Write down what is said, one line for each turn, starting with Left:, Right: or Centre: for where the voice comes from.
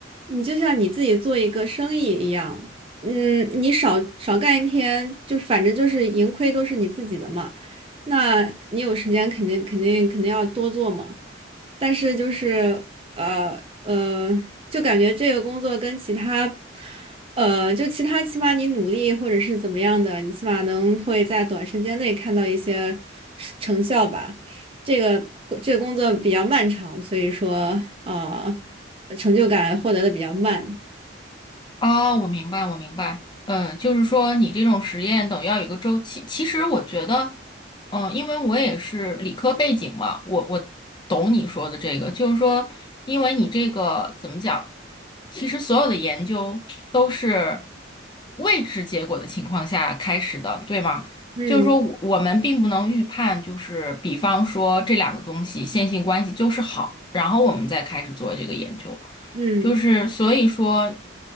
Right: 你就像你自己做一个生意一样，嗯，你少少干一天，就反正就是盈亏都是你自己的嘛，那你有时间肯定肯定肯定要多做嘛，但是就是呃呃，就感觉这个工作跟其他。呃，就其他，起码你努力或者是怎么样的，你起码能会在短时间内看到一些是成效吧。这个这个工作比较漫长，所以说呃，成就感获得的比较慢。
Left: 啊，我明白，我明白。嗯，就是说你这种实验等于要有个周期。其实我觉得，嗯，因为我也是理科背景嘛，我我懂你说的这个，就是说，因为你这个怎么讲，其实所有的研究都是未知结果的情况下开始的，对吗？
Right: 嗯
Left: 就是说我我们并不能预判，就是比方说这两个东西线性关系就是好，然后我们再开始做这个研究。
Right: 嗯
Left: 就是所以说，